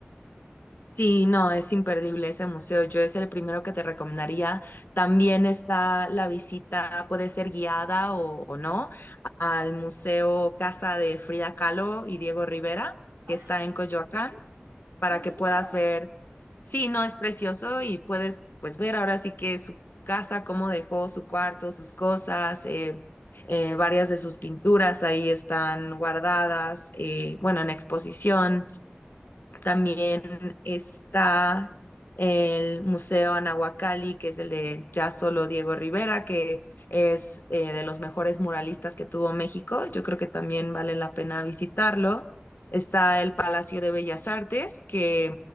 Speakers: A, on the left; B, on the right.
A: sí, no, es imperdible ese museo. Yo es el primero que te recomendaría. También está la visita, puede ser guiada o, o no, al Museo Casa de Frida Kahlo y Diego Rivera,
B: ¡Ah,
A: que está en Coyoacán, para
B: qué lindo!
A: que puedas ver. Sí, no, es precioso y puedes pues ver ahora sí que su casa, cómo dejó su cuarto, sus cosas, eh, eh, varias de sus pinturas ahí están guardadas, eh, bueno, en exposición. También
B: Oh,
A: está el Museo Anahuacalli, que es el de ya solo Diego Rivera, que es eh, de los mejores muralistas que tuvo México. Yo creo que también vale la pena visitarlo. Está el Palacio de Bellas Artes, que
B: mm,